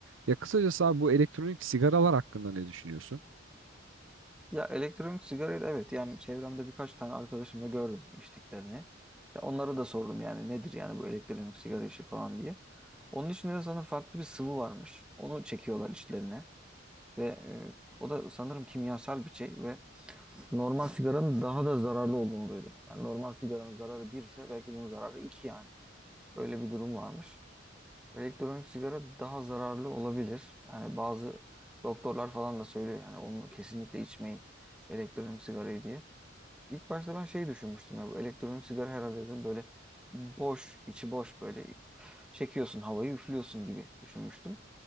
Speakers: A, on the right; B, in the centre.
A: Ya kısacası abi bu elektronik sigaralar hakkında ne düşünüyorsun?
B: Ya elektronik sigarayı da evet yani çevremde birkaç tane arkadaşım da gördüm içtiklerini. Ya onlara da sordum yani nedir yani bu elektronik sigara işi falan diye. Onun içinde de sanırım farklı bir sıvı varmış. Onu çekiyorlar içlerine ve e, o da sanırım kimyasal bir şey ve normal sigaranın daha da zararlı olduğunu duydum. Yani normal sigaranın zararı 1 ise belki bunun zararı 2 yani. Öyle bir durum varmış. Elektronik sigara daha zararlı olabilir. Yani bazı doktorlar falan da söylüyor yani onu kesinlikle içmeyin elektronik sigarayı diye. İlk başta ben şey düşünmüştüm ya bu elektronik sigara herhalde dedim böyle boş içi boş böyle çekiyorsun havayı üflüyorsun gibi düşünmüştüm.